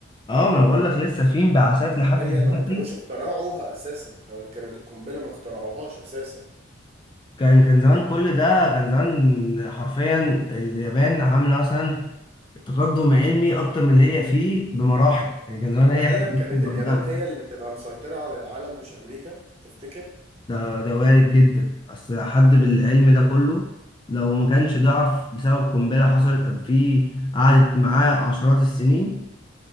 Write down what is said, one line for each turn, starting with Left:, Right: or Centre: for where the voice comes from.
Left: اه ما انا بقول لك لسه في انبعاثات لحد
Right: تخيل
Left: دلوقتي
Right: لو ما كانوش اخترعوها اساسا لو كانت القنبلة ما اخترعوهاش اساسا
Left: كان كان زمان كل ده كان زمان حرفيا اليابان عامله مثلا تقدم علمي اكتر من اللي هي فيه بمراحل يعني كان زمان هي
Right: تخيل
Left: ممكن
Right: كانت
Left: لوحدها
Right: اليابان هي اللي تبقى مسيطرة على العالم مش امريكا تفتكر
Left: ده ده وارد جدا اصل حد بالعلم ده كله لو ما كانش ضعف بسبب قنبله حصلت قبل فيه قعدت معاه عشرات السنين